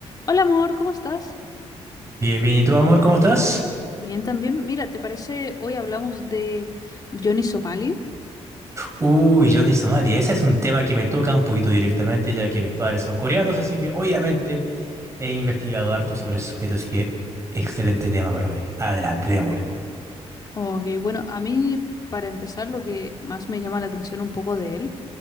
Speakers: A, on the left; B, on the right.
A: Hola amor, ¿cómo estás?
B: Bien, bien, ¿y tú, amor, cómo estás?
A: Bien también. Mira, ¿te parece hoy hablamos de Johnny Somali?
B: Uy, Johnny Somalia, ese es un tema que me toca un poquito directamente, ya que mis padres son coreanos, así que obviamente he investigado harto sobre ese sujeto, así que excelente tema para hoy. Adelante, démosle.
A: Ok, bueno, a mí para empezar lo que más me llama la atención un poco de él